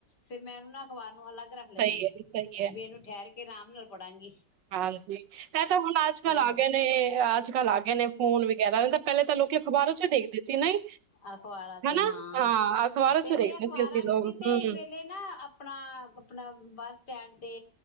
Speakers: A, on the left (about 70°); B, on the right (about 85°).
A: ਫਿਰ ਮੈਂ ਉਹਨੂੰ ਨਾ ਅਖ਼ਬਾਰ ਨੂੰ ਅਲੱਗ ਰੱਖ ਲੈਂਣੀ
B: ਸਹੀ
A: ਆ।
B: ਹੈ ਸਹੀ ਹੈ
A: ਮੈਨੂੰ ਠਹਿਰ ਕ ਕੇ ਅਰਾਮ ਨਾਲ ਪੜ੍ਹਅੰਗੀ ।
B: ਹਾਂਜੀ ਐ ਤਾਂ ਹੁਣ ਅੱਜ ਕੱਲ੍ਹ ਆ
A: ਪੜ
B: ਗੇ ਨੇ ਅੱਜ ਕੱਲ੍ਹ ਆ ਗੇ ਨੇ ਫੋਨ ਵਗੈਰਾ ਨੇ ਤਾਂ ਪਹਿਲਾਂ ਤਾਂ ਲੋ ਕੀ ਅਖ਼ਬਾਰਾਂ ਚ ਦੇਖਦੇ ਸੀ ਨਹੀਂ।
A: ਅਖਬਾਰਾਂ ਚ
B: ਹਨਾ?
A: ਹਾਂ
B: ਅਖ਼ਬਾਰਾਂ
A: ਪਹਿਲੇ
B: 'ਚ ਦੇਖਦੇ
A: ਅਖਬਾਰਾ
B: ਅਸੀਂ
A: ਵੀ
B: ਲੋਕ
A: ਸੀ ਤੇ
B: ਹੂੰ,
A: ਵੇਲੇ ਨਾ ਆਪਣਾ ਆਪਣਾ bus stand